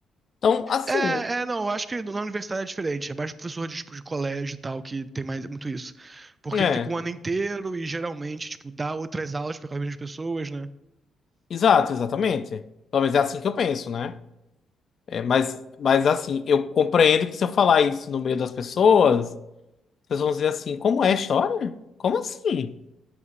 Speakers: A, on the left (about 50°); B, on the right (about 25°).
A: Então, assim,
B: É, é, não, eu acho que na universidade é diferente. É mais professor de, tipo, de colégio e tal, que tem mais muito isso. Porque
A: é.
B: fica um ano inteiro e geralmente, tipo, dá outras aulas para as mesmas pessoas, né?
A: Exato, exatamente. Pelo menos é assim que eu penso, né? É, mas, mas assim, eu compreendo que se eu falar isso no meio das pessoas, as pessoas vão dizer assim, como é a história? Como assim?